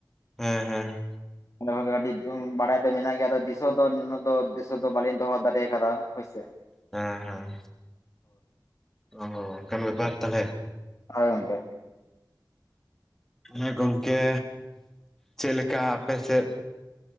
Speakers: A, in the centre; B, on the left.
A: ᱦᱮᱸ ᱦᱮᱸ
B: ᱚᱸᱰᱮ ᱠᱷᱚᱱ ᱜᱮ ᱟᱹᱰᱤᱼᱼ ᱦᱩᱸ ᱵᱟᱲᱟᱭ ᱫᱚ ᱢᱮᱱᱟᱜ ᱜᱮᱭᱟ ᱟᱫᱚ ᱫᱤᱥᱟᱹ ᱫᱚ ᱩᱱᱟᱹᱜ ᱫᱚ ᱫᱤᱥᱟᱹ ᱫᱚ ᱵᱟᱞᱤᱧ ᱫᱚᱦᱚ ᱫᱟᱲᱮ ᱟᱠᱟᱫᱟ ᱦᱳᱭ ᱥᱮ
A: ᱦᱮᱸ ᱦᱮᱸ ᱳᱻ ᱚᱱᱠᱟᱱ ᱵᱮᱯᱟᱨ ᱛᱟᱦᱚᱞᱮ
B: ᱦᱳᱭ ᱜᱚᱢᱠᱮ
A: ᱦᱮᱸ ᱜᱚᱢᱠᱮ ᱪᱮᱫ ᱞᱮᱠᱟ ᱟᱯᱮ ᱥᱮᱫᱼᱼ